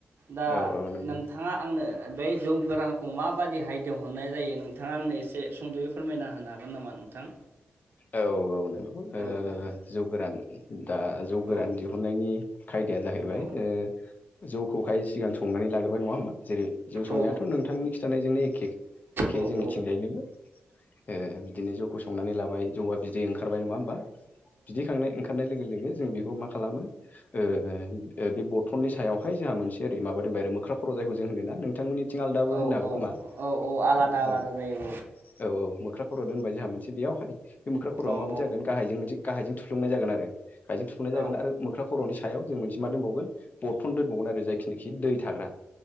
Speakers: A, on the right; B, on the left.
A: दा
B: औ औ नंगौ
A: नोंथाङा आंनो ओ बै जौ गोरानखौ माबादिहाय दोहनाय जायो नोंथाङा आंनो एसे सुंद'यै फोरमायना होनो हागोन नामा? नोंथां
B: औ औ नोंगौ ओह
A: औ औ
B: जौ गोरान दा जौ गोरान
A: औ
B: दिहुननायनि खायदाया जाहैबाय
A: औ
B: ओ जौखौहाय सिगां संनानै लाग्रो बाय नङा होमबा जेरै जौ संनायाथ'
A: औ
B: नोंथांनि खिन्थानायजोंनो एखे एखे
A: औ
B: जोंनिथिंजायनोबो
A: औ
B: ओ बिदिनो जौखौ संनानै लाबाय बिदै ओंखारबाय नङा होमबा बिदै खांनाय ओंखारनाय लोगो लोगो जों बेखौ मा खालामो ओ ओ बे बथलनि सायावहाय जोंहा मोनसे ओरै माबादोनबाय आरो मोख्रा खर' जायखौ जों होनोना नोंथांमोननि थिं आलदाबो
A: औ
B: होननो हागौखोमा
A: औ औ आलादा
B: औ जों
A: आलादा जायो
B: औ औ मोख्रा खर' दोनबाय जोंहा मोनसे बेयावहाय बे मोख्रा खर'आ
A: औ
B: माबादि
A: औ
B: जागोन गाहायजों मोनसे गाहायजों थुफ्लुंनाय जागोन आरो गायजों थुफ्लनाय जागोन
A: औ
B: आरो मोख्रा खर'नि सायाव जों मोनस <unintelligible> मा दोनबावगोन बथल दोनबावगोन आरो जायखिनिखि दै थाग्रा